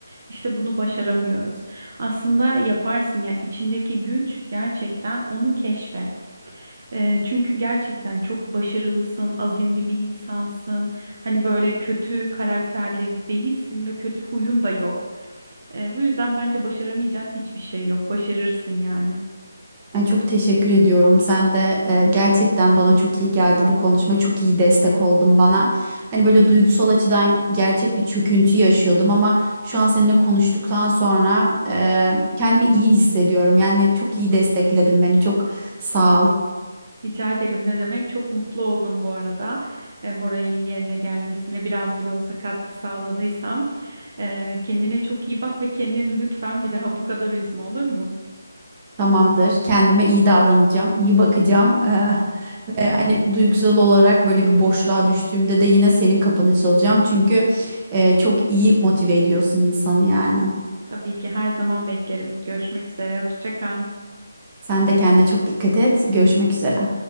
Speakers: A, on the right (about 50°); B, on the right (about 25°).
A: işte bunu başaramıyoruz. Aslında yaparsın ya içindeki güç gerçekten onu keşfet. Eee, çünkü gerçekten çok başarılısın, azimli bir insansın. Hani böyle kötü karakterli değilsin ve kötü huyun da yok. Eee, bu yüzden bence başaramayacağın hiçbir şey yok. Başarırsın yani.
B: Ay, çok teşekkür ediyorum. Sen de e, gerçekten bana çok iyi geldi bu konuşma. Çok iyi destek oldun bana. Hani böyle duygusal açıdan gerçek bir çöküntü yaşıyordum ama şu an seninle konuştuktan sonra e, kendimi iyi hissediyorum. Yani çok iyi destekledin beni. Çok sağ ol.
A: Rica ederim ne demek? Çok mutlu oldum bu arada. E, moralin yerine gelmesine biraz bile olsa katkı sağladıysam. E, kendine çok iyi bak ve kendini lütfen bir daha bu kadar üzme olur mu?
B: Tamamdır. Kendime iyi davranacağım, iyi bakacağım. Eee, ve hani duygusal olarak böyle bir boşluğa düştüğümde de yine senin kapını çalacağım. Çünkü eee, çok iyi motive ediyorsun insanı yani.
A: Tabii ki her zaman beklerim. Görüşmek üzere. Hoşça kal.
B: Sen de kendine çok dikkat et. Görüşmek üzere.